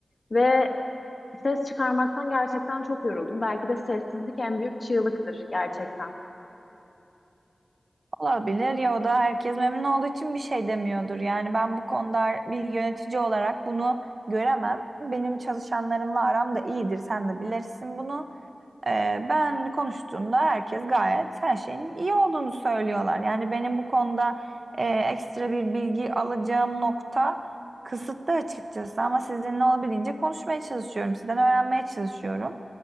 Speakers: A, on the left (about 45°); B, on the right (about 50°).
A: Ve ses çıkarmaktan gerçekten çok yoruldum. Belki de sessizlik en büyük çığlıktır gerçekten.
B: Olabilir ya o da herkes memnun olduğu için bir şey demiyordur. Yani ben bu konuda bir yönetici olarak bunu göremem. Benim çalışanlarımla aram da iyidir. Sen de bilirsin bunu. Ee, ben konuştuğumda herkes gayet her şeyin iyi olduğunu söylüyorlar. Yani benim bu konuda e, ekstra bir bilgi alacağım nokta kısıtlı açıkçası. Ama sizinle olabildiğince konuşmaya çalışıyorum. Sizden öğrenmeye çalışıyorum.